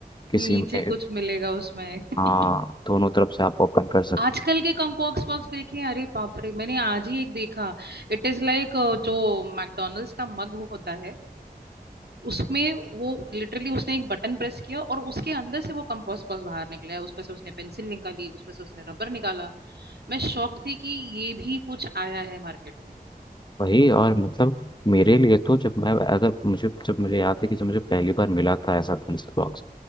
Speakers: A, on the left; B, on the right.
A: किसी
B: नीचे
A: में
B: कुछ मिलेगा उसमें <laughs>
A: हाँ दोनों तरफ से आप ओपन कर सकते
B: आजकल के कॉम्बॉक्स बॉक्स देखे अरे बाप रे मैंने आज ही एक देखा इट इज लाइक जो मैकडोनल्ड्स का मग होता है उसमें वो लिटरली उसने एक बटन प्रेस किया और उसके अंदर से वो कंपोस्ट बॉक्स बाहर निकला है उसमें से उसने पेंसिल निकाली उसमें से उसने रबर निकाला मैं शॉक्ड थी कि ये भी कुछ आया है मार्केट में
A: वही और मतलब मेरे लिए तो जब मैं अगर मुझे जब मुझे याद है कि जब मुझे पहली बार मिला था ऐसा पेंसिल बॉक्स